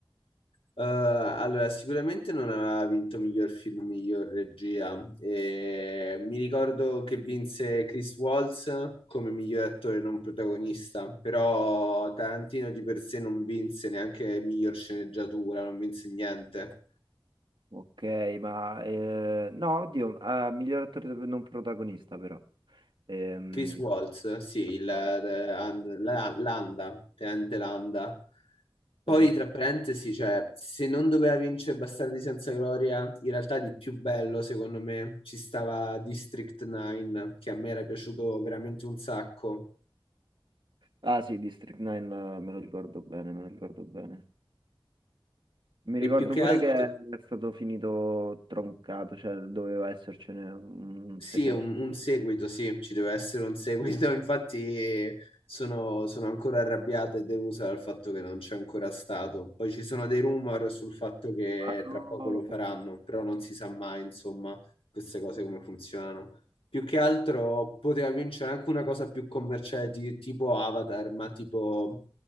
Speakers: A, on the left (about 85°); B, on the right (about 60°).
A: Eh, allora, sicuramente non aveva vinto miglior film, miglior regia. Eh, mi ricordo che vinse Chris Waltz come miglior attore non protagonista, però Tarantino di per sé non vinse neanche miglior sceneggiatura, non vinse niente.
B: Ok, ma... eh, no, oddio, ah, miglior attore non protagonista però. Ehm,
A: Chris Waltz, sì,
B: attori,
A: il- eh, An- la- Landa, Tenente Landa. Poi,
B: esatto.
A: tra parentesi, cioè, se non doveva vincere Bastardi senza gloria, in realtà di più bello, secondo me, ci stava District 9, che a me era piaciuto veramente un sacco.
B: Ah sì, District 9 eh, me lo ricordo bene, me lo ricordo bene. Mi
A: E
B: ricordo
A: più che
B: pure
A: altro,
B: che è stato finito troncato, cioè doveva essercene un
A: Sì,
B: secondo.
A: un, un seguito, sì, ci deve essere un seguito. <laughs> Infatti sono, sono ancora arrabbiata e delusa dal fatto che non c'è ancora stato. Poi ci sono dei rumor sul fatto che
B: Ah, no,
A: tra poco lo faranno, però non si sa mai, insomma, queste cose come funzionano. Più che altro poteva vincere anche una cosa più commerciale di- tipo Avatar, ma tipo